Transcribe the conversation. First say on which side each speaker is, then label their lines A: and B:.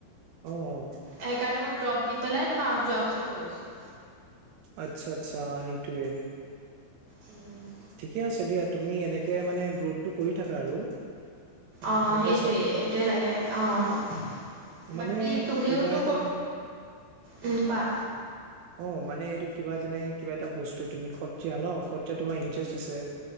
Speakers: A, on the right; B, on the right.
A: অ', অ,।
B: সেইকাৰণে মই ড্ৰপ দি পেলাই তোমাৰ যোৱা বছৰ কৰিছোঁ।
A: আচ্ছা আচ্ছা সেইটোয়ে।
B: উম'।
A: ঠিকে আছে দিয়া তুমি এনেকে মানে গ্ৰোথটো কৰি থাকা আৰু
B: অ
A: গম
B: সেইটোৱে
A: পাইছা
B: সেইটোৱে লাগে। অঁ'।
A: মানুহে
B: বাকী তুমিওতো
A: কিবা এটা
B: উম কোৱা?
A: অ মানে এইটো কিবা যেনে কিবা এটা বস্তু তুমি খতীয়া ন খতীয়া তোমাৰ ইণ্টাৰেষ্ট আছে